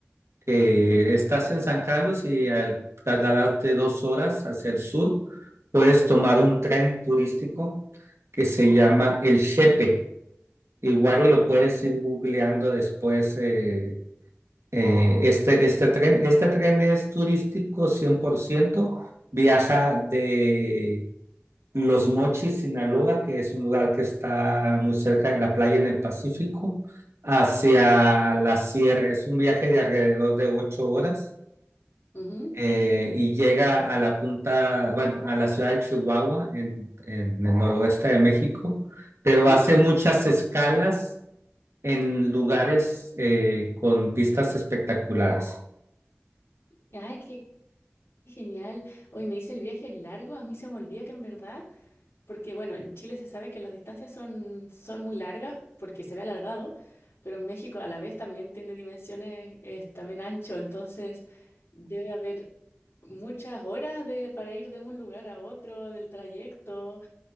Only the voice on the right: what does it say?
que
estás en San Carlos y al trasladarte dos horas hacia el sur, puedes tomar un tren turístico que se llama el Chepe. Igual y lo puedes ir googleando después eh, eh, este, este tren. Este tren es turístico cien por ciento viaja de Los Mochis, Sinaloa, que es un lugar que está muy cerca de la playa en el Pacífico, hacia la sierra. Es un viaje de alrededor de ocho horas
eh, y llega a la punta, bueno, a la ciudad de Chihuahua, en, en el noroeste de México, pero
hace muchas escalas en lugares eh, con vistas espectaculares.